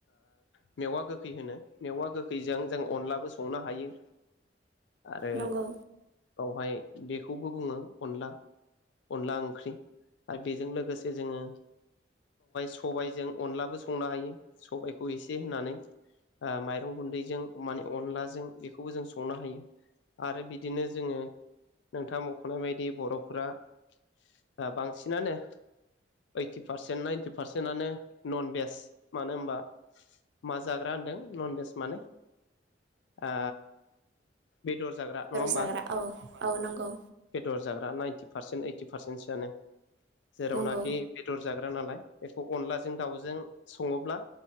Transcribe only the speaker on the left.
ओ मेवा गोखै होनो मेवा गोखैजों जों अनलाबो संनो हायो आरो
बावहाय बेखौबो बुङो अनला अनला ओंख्रि आरो बेजों लोगोसे जोङो सबायजों अनलाबो संनो हायो सबायाइखौ एसे होनानै माइरं गुन्दैजों माने अनलाजों बेखौबो जों संनो हायो आरो बिदिनो जोङो नोंथाङा मख'नाय बायदि बर'फोरा ओ बांसिनानो ओइति पारसेन नाइनथि बांसिनानो नन भेज मानो होनबा मा जाग्रा होनदों नन भेज माने आ बेदर जाग्रा नङा होमबा
बेदर जाग्रा नाइनटि पार्सेन्ट ओइटि पारसेन्टसोआनो। जेरावनाखि
बेदर जाग्रा नालाय बेखौ अनलाजों दाउजों सङोब्ला